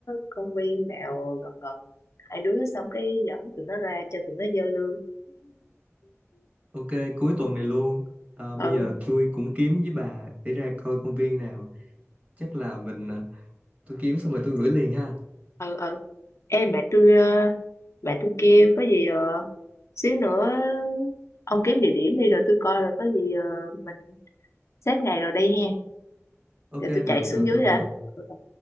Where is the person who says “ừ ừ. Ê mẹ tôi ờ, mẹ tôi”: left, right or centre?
Left